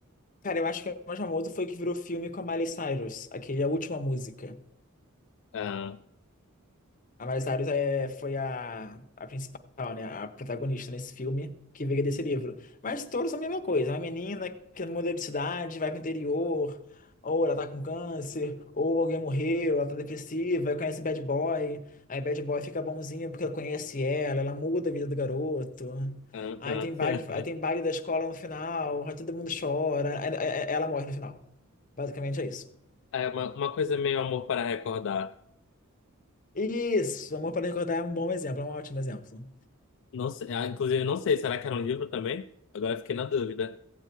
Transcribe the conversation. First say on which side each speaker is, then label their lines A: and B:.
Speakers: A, on the left (about 40°); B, on the left (about 60°).
A: cara, eu acho que o mais famoso foi o que virou filme com a Miley Cyrus, aquele A Última Música.
B: Ah,
A: A Miley Cyrus é, foi a, a principal, né? A protagonista nesse filme que veio desse livro. Mas todos são a mesma coisa. Uma menina que muda de cidade, vai pro interior, ou ela tá com câncer, ou alguém morreu, ela tá depressiva, aí conhece bad boy. Aí bad boy fica bonzinho porque ela conhece ela, ela muda a vida do garoto.
B: aham.
A: Aí tem baile,
B: <laughs>
A: aí tem baile da escola no final, aí todo mundo chora, aí- aí- aí ela morre no final. Basicamente é isso.
B: É uma, uma coisa meio amor para recordar.
A: Isso, Amor para Recordar é um bom exemplo, é um ótimo exemplo.
B: Não sei, ah, inclusive, não sei, será que era um livro também? Agora eu fiquei na dúvida.